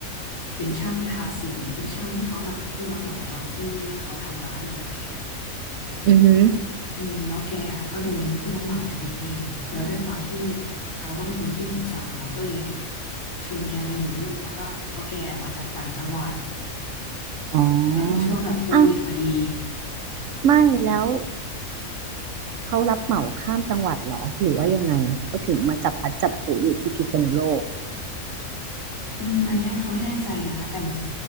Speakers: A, on the left; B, on the right.
A: เป็นช่างทาสีเป็นช่างที่เขามากับผู้รับเหมาตอนที่เขาทำร้านใหม่ๆอ่ะ
B: อือหือ
A: อืมแล้วแกอะก็โดนผู้รับเหมาเทแล้วด้วยความที่เขาก็เป็นคนขี้สงสารเนาะก็เลยชวนแกมาอยู่ด้วยเพราะก็เพราะแกมาจากต่างจังหวัด
B: อ๋ออ้าว
A: แล้วเป็นช่วงแบบโควิดพอดี
B: ไม่แล้วเขารับเหมาข้ามจังหวัดเหรอหรือว่ายังไงเขาถึงมาจับพลัดจับผลูอยู่ที่พิษณุโลก
A: อืมอันเนี้ยเขาไม่แน่ใจนะแต่เหมือน